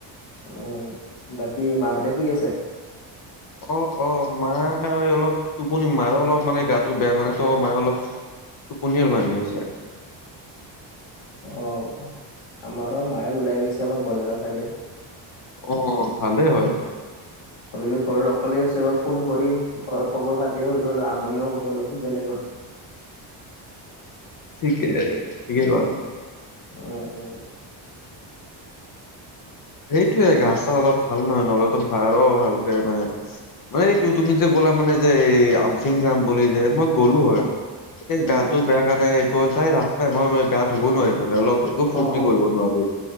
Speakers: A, on the left; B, on the left.
A: উম বাকী মাহঁতে শুই আছে
B: অ অ মায় অলপ টোপনি মাৰ অলপ মানে গাটো বেয়া মানে তো অ মায়ে অলপ টোপনীয়ে ঢাৰি আছে
A: অ আমাৰো মায়ে ওলাই গৈছে অলপ বজাৰ চাইডে
B: অ
A: তাকে
B: ভালেই হয়
A: ভাবিলো ঘৰত অকলে আছে এাৰ ফোন কৰিা খবৰ খাতি সুধো অল আমনিও কৰো অলপ বেলেগৰ
B: ঠিকে এইেই
A: উম
B: ব
A: উম উম
B: সেইটোয়ে গা চা অলপ ভাল নহয় নহলেতো ভাৰ ভালকে মানে মানে এইটো তুমি যে মানে যে এই আমফিং যাম বুলি যে মই গ'লো হয়
A: উম
B: এই গাটো
A: উম
B: বেয়া কাৰণে গৈ যাই ৰাস্তাই মই গা ধুব নোৱাৰিম ত অলপ একো ফূৰ্তি
A: অ অ
B: কৰিব নোৱাৰো